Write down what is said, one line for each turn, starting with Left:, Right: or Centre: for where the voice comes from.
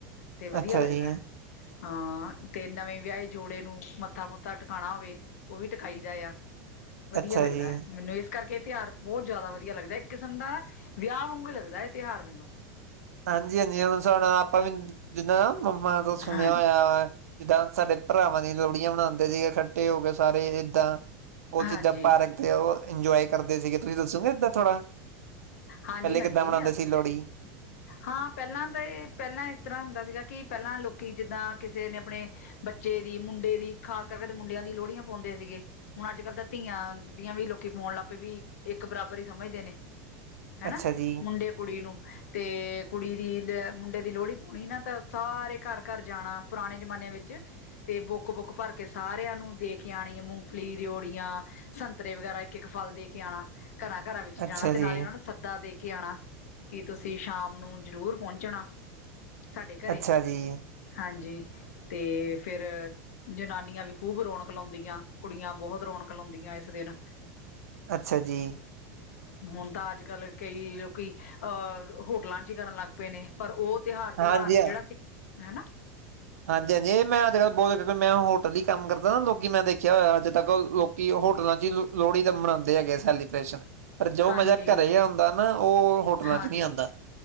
Left: ਤੇ ਵਧੀਆ
Right: ਅੱਛਾ
Left: ਲੱਗਦਾ।
Right: ਜੀ
Left: ਹਾਂ ਤੇ ਨਵੇਂ- ਵਿਆਹੇ ਜੋੜੇ ਨੂੰ ਮੱਥਾ ਮੁਥਾ ਟਿਕਾਉਣਾ ਹੋਵੇ ਉਹ ਵੀ ਟਕਾਈ ਦਾ ਆ ਵਧੀਆ
Right: ਅੱਛਾ
Left: ਲੱਗਦਾ
Right: ਜੀ
Left: ਹੈ। ਮੈਨੂੰ ਇਸ ਕਰਕੇ ਤਿਉਹਾਰ ਬਹੁਤ ਜ਼ਿਆਦਾ ਵਧੀਆ ਲੱਗਦਾ ਇਕ ਕਿਸਮ ਦਾ ਨਾ ਵਿਆਹ ਵਾਂਗੂ ਲੱਗਦਾ ਇਹ ਤਿਉਹਾਰ ਮੈਨੂੰ
Right: ਹਾਂਜੀ- ਹਾਂਜੀ ਹੁਣ ਆਪਾਂ ਵੀ ਜਿੱਦਾਂ ਮੰਮਾ ਤੋ ਸੁਣਿਆ
Left: ਹਾਂ
Right: ਹੋਇਆ ਵਾ ਜਿਦਾਂ ਸਾਡੇ ਭਰਾਵਾਂ ਦੀਆਂ ਲੋਹੜੀਆਂ ਮਨਾਉਂਦੇ ਸੀ ਇਕਠੇ ਹੋ ਕੇ ਸਾਰੇ ਏਦਾਂ। ਉਹ
Left: ਹਾਂਜੀ
Right: ਚੀਜ਼ਾਂ ਪਾਰਕ ਤੇ ਉਹ। ਇੰਜੋਏ ਕਰਦੇ ਸੀ ਤੁਸੀ ਦਸੋਗੇ ਇਦਾਂ ਥੋੜਾ?
Left: ਹਾਂਜੀ
Right: ਪਹਿਲੇ
Left: ਹਾਂਜੀ
Right: ਕਿੱਦਾਂ ਮਨਾਉਂਦੇ ਸੀ ਲੋਹੜੀ?
Left: ਹਾਂ ਪਹਿਲਾਂ ਤਾਂ ਪਹਿਲਾਂ ਇਸ ਤਰ੍ਹਾਂ ਹੁੰਦਾ ਸੀ ਕਿ ਪਹਿਲਾਂ ਲੋਕੀ ਜਿਦਾਂ ਕਿਸੇ ਨੇ ਆਪਣੇ ਬੱਚੇ ਦੀ ਮੁੰਡੇ ਦੀ ਖਾਸ ਕਰਕੇ ਮੁੰਡਿਆਂ ਦੀ ਲੋਹੜੀਆਂ ਪਾਉਂਦੇ ਸੀ ਹੁਣ ਅੱਜ ਕਲ ਤਾਂ ਧੀਆਂ ਦੀਆਂ ਵੀ ਲੋਕੀ ਪਾਉਣ ਲੱਗ ਪਏ ਵੀਕਿ ਇੱਕ ਬਰਾਬਰ ਹੀ ਸਮਝਦੇ ਨੇ। ਹੈਨਾ
Right: ਅੱਛਾ ਜੀ
Left: ਮੁੰਡੇ ਕੁੜੀ ਨੂੰ ਤੇ ਕੁੜੀ ਦੀ ਲ ਮੁੰਡੇ ਦੀ ਲੋਹੜੀ ਪਾਉਣੀ ਤਾਂ ਸਾਰੇ ਘਰ ਘਰ ਜਾਣਾ ਪੁਰਾਣੇ ਜਮਾਨੇ ਵਿਚ ਤੇ ਬੁੱਕ ਬੁੱਕ ਭਰ ਕੇ ਸਾਰਿਆਂ ਨੂੰ ਦੇ ਕੇ ਆਉਣੀ ਮੂੰਗਫਲੀ ਰੇਓੜੀਆਂ ਸੰਤਰੇ ਵਗੈਰਾ ਇਕ- ਇਕ ਫਲ ਦੇ ਕੇ ਆਉਣਾ। ਘਰਾਂ- ਘਰਾਂ ਵਿਚ ਜਾਣਾ
Right: ਅੱਛਾ
Left: ਤੇ
Right: ਜੀ
Left: ਨਾਲੇ ਉਹਨਾਂ ਨੂੰ ਦੇ ਕੇ ਆਉਣਾ ਕਿ ਤੁਸੀਂ ਸ਼ਾਮ ਨੂੰ ਜ਼ਰੂਰ ਪਹੁੰਚਣਾ। ਸਾਡੇ ਘਰੇ
Right: ਅੱਛਾ ਜੀ,
Left: ਹਾਂਜੀ ਤੇ ਫਿਰ ਜਨਾਨੀਆਂ ਵੀ ਖੂਬ ਰੌਣਕ ਲਾਉਂਦੀਆਂ ਕੁੜੀਆਂ ਬਹੁਤ ਰੌਣਕ ਲਾਉਂਦੀਆਂ ਇਸ ਦਿਨ।
Right: ਅੱਛਾ ਜੀ
Left: ਹੁੰਦਾ ਅੱਜ ਨਾਲੇ ਕਈ ਲੋਕੀ ਅਹ ਹੋਟਲਾਂ ਚ ਹੀ ਕਰਨ ਲੱਗ ਪਏ ਨੇ ਪਰ ਉਹ ਤਿਉਹਾਰ- ਤਿਉਹਾਰ
Right: ਹਾਂਜੀ
Left: ਨਹੀ
Right: ਹਾਂ।
Left: ਜਿਹੜਾ ਸ ਹੈ ਨਾਂ।
Right: ਹਾਂਜੀ- ਹਾਂਜੀ ਜੇ ਮੈ ਅੱਜ ਬਹੁਤ ਮੈਂ ਹੋਟਲ ਹੀ ਕੰਮ ਕਰਦਾ। ਪਤਾ ਨਾ ਲੋਕੀ ਮੈਂ ਦੇਖਿਆ ਹੋਇਆ ਅੱਜ ਤੱਕ ਲੋਕੀ ਹੋਟਲਾਂ ਚ ਹੀ ਲੋਹੜੀ ਤਾਂ ਮਨਾਉਂਦੇ ਹੈਗੇ ਸੈਲੀਬ੍ਰੇਸ਼ਨ। ਪਰ ਜੋ
Left: ਹਾਂਜੀ
Right: ਮਜ਼ਾ ਘਰੇ ਆਉਦਾ ਨਾ ਉਹ ਹੋਟਲਾਂ
Left: ਹਾਂਜੀ
Right: ਚ ਨਹੀਂ ਆਉਂਦਾ।